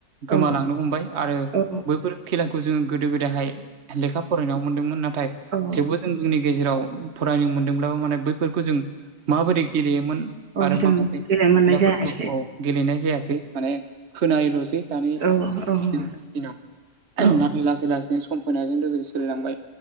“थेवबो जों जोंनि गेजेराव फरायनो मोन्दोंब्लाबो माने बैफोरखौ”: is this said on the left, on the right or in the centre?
Right